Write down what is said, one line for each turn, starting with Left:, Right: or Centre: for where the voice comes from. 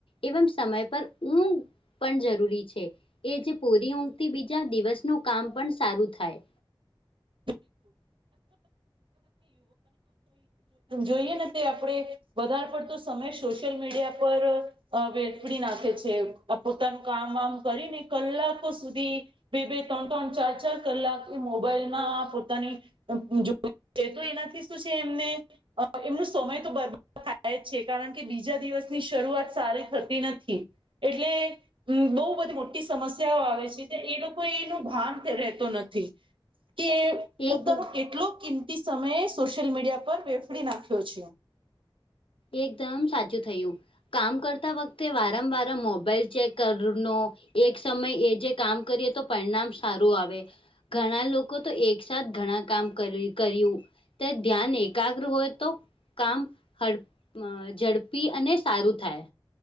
Left: એવમ સમય પર ઉ પણ જરૂરી છે. એ જે પૂરી ઊંઘ થી બીજા દિવસનું કામ પણ સારું થાય.
Right: <inaudible> <inaudible> જોઈએ ને તે આપડે વધારે પડતો સમય સોશિયલ મીડિયા પર અ વેડફી નાખે છે, આ પોતાનું કામ વામ કરીને કલાકો સુધી બે બે ત્રણ ત્રણ ચાર ચાર કલાક એ મોબાઈલ માં પોતાની <unintelligible> એનાથી શું છે એમને અ એમનું સમય તો બ થાય છે કારણ કે બીજા દિવસની શરૂઆત સારી થતી નથી. એટલે બહુ બધી મોટી ટી સમસ્યાઓ આવે છે એ લોકો એનું ભાન રહેતો નથી. કે પોતાનો
Left: એકદમ
Right: કેટલો કિંમતી સમય સોશિયલ મીડિયા પર વેફડી નાખ્યો છે.
Left: એકદમ સાચું થયું કામ કરતા વખતે વારંવાર મોબાઈલ ચેક કરનો એક સમય એ જે કામ કરીએ તો પરિણામ સારું આવે. ઘણા લોકો તો એકસાથ ઘણા કામ કર્યું કર્યું. તે ધ્યાન એકાગ્ર હોય તો કામ ક અ ઝડપી અને સારું થાય.